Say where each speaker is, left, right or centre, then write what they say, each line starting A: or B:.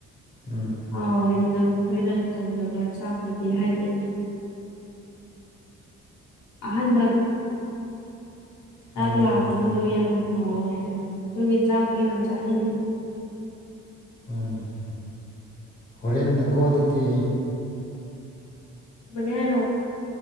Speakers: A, on the left (about 30°); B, on the left (about 70°).
A: ꯎꯝ
B: ꯑꯥꯎ ꯏꯅ ꯑꯩꯈꯣꯏꯅ ꯇꯧꯖꯕ ꯆꯥꯛꯇꯨꯗꯤ ꯍꯥꯏꯗꯤ ꯑꯥꯟꯕꯕ ꯆꯥꯛ
A: ꯑꯣ
B: ꯂꯥꯛꯄꯗꯨꯁꯨ
A: ꯃꯥꯅꯤ
B: ꯌꯥꯝ ꯍꯥꯎꯋꯦꯗꯅ ꯑꯗꯨꯒꯤ ꯆꯥꯛꯇꯣ ꯌꯥꯝ ꯆꯥꯅꯤꯡꯉꯤ
A: ꯎꯅꯤ ꯍꯣꯔꯦꯟ ꯅꯀꯣ ꯑꯗꯨꯗꯤ
B: ꯒꯔꯣ